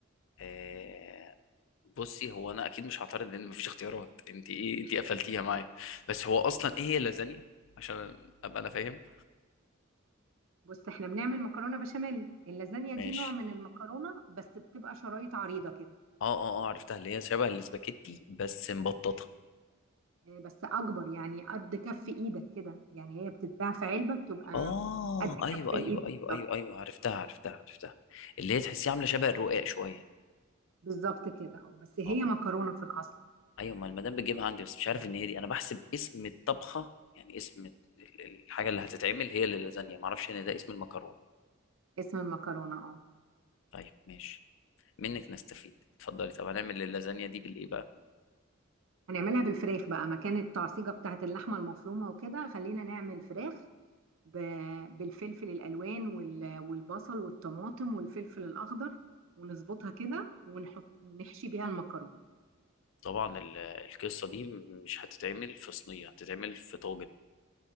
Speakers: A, on the left; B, on the right.
A: آه بصي هو انا اكيد مش هعترض لان مفيش اختيارات انت ايه انت قفلتيها معايا بس هو اصلا ايه هي اللازانيا عشان ابقى انا فاهم
B: بص احنا بنعمل مكرونه بشاميل اللازانيا دي
A: ماشي
B: نوع من المكرونه بس بتبقى شرايط عريضه كده
A: اه اه اه عرفتها اللي هي شبه الاسباجيتي بس مبططه
B: آه بس اكبر يعني قد كف ايدك كده يعني هي بتتباع في علبه بتبقى
A: اه
B: قد كف
A: ايوه
B: الايد
A: ايوه ايوه
B: بالظبط
A: ايوه ايوه عرفتها عرفتها عرفتها اللي هي تحسيها عامله شبه الرقاق شويه
B: بالظبط كده اه بس هي
A: اه
B: مكرونه في الاصل
A: ايوه ما المدام بتجيبها عندي بس مش عارف ان هي دي انا بحسب اسم الطبخه يعني اسم ال- ال- الحاجه اللي هتتعمل هي اللي لازانيا ما اعرفش ان ده اسم المكرونه
B: اسم المكرونه اه
A: طيب ماشي منك نستفيد اتفضلي طب هنعمل اللازانيا دي بالايه بقى
B: هنعملها بالفراخ بقى مكان التعصيجة بتاعت اللحمة المفرومة وكده خلينا نعمل فراخ ب- بالفلفل الألوان وال- والبصل والطماطم والفلفل الأخضر ونظبطها كده ونحط ونحشي بيها المكرونة
A: طبعا ال- القصه دي مش هتتعمل في صينيه هتتعمل في طاجن